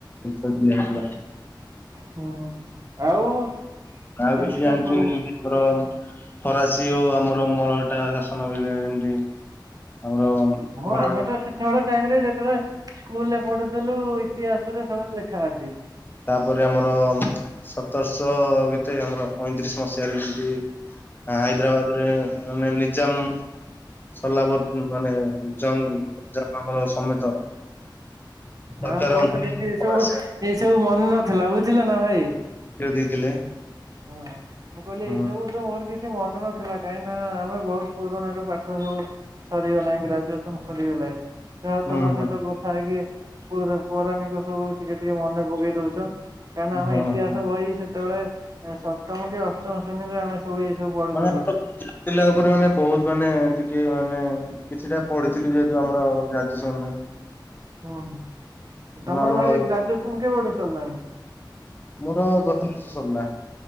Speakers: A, on the left; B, on the right.
A: <unintelligible> ଦିଆହେଇଥିଲା।
B: ହୁଁ ଆଉ କେମିତି
A: ଆଉ କିଛି ଜାଣିଛନ୍ତି
B: କଣ ସବୁ?
A: ଆମର ଫରାସୀ ଓ ଆମର ମଳହଟା ଶାସନ ବେଳେ ଯେମିତି ଆମର
B: ହଁ
A: ମରହଟା
B: ଆମେ ତ ସେତେବେଳେ ଟାଇମରେ ଯେତେବେଳେ ସ୍କୁଲ ରେ ପଢୁଛୁ ଥିଲୁ ଇତିହାସରେ ସବୁ ଲେଖା ଅଛି।
A: ତାପରେ ଆମର ସତରଶହ କେତେ ଆମର ପଇଁତିରିଶ ମସିହାରେ ଯେମତି ହାଇଦ୍ରାବାଦ ରେ ମାନେ ନିଜାମ ସଲାବତ ମାନେ ଜଙ୍ଗ ଜାପରଙ୍କ ସମେତ ସରକାର
B: ହଁ ମୋର
A: ଅନୁଦାନ
B: ତ କିଛି ଏ ସବୁ
A: ରାଶି
B: ଏସବୁ ମନେ ନଥିଲା ବୁଝିଲ ନା ଭାଇ।
A: ଦେଇଥିଲେ।
B: ହଁ ମୁଁ କହିଲି
A: ହଁ।
B: ଏଇସବୁ ତ ମୋର କିଛି ମନେ ନଥିଲା କାହିଁକି ନା ଆମେ ବହୁତ ପୁରୁଣା ପାଠ ସବୁ ସରିଗଲାଣି
A: ହୁଁ
B: ଗ୍ରାଜୁଏସନ ସରିଗଲାଣି ଯାହା ହଉ
A: ହଁ
B: ତମ
A: ହଁ।
B: ସହିତ ଗପି ଥାଇ କି ପୌର ପୌରାଣିକ ସବୁ ଟିକେ ଟିକେ ମନେ ପକେଇ ଦଉଛ। କାହିଁକିନା ଆମ
A: ହଁ।
B: ଇତିହାସ ବହି ସେତେବେଳେ ସପ୍ତମ କି ଅଷ୍ଟମ ଶ୍ରେଣୀରେ ଆମେ ସବୁ ଏଇ ସବୁ ପଢୁଥିଲୁ।
A: ମାନେ ଆମର ପିଲା ଉପରେ ମାନେ ବହୁତ ମାନେ ଟିକେ ମାନେ କିଛିଟା ପଢିଥିଲି ଯେହେତୁ ଆମର ଗ୍ରାଜୁଏସନ ରେ
B: ହୁଁ ତମର
A: ଆମର
B: ଭାଇ ଗ୍ରାଜୁଏସନ କେବେ ଠୁ ସରିଲାଣି?
A: ମୋର ଗତବର୍ଷ ସରିଲା।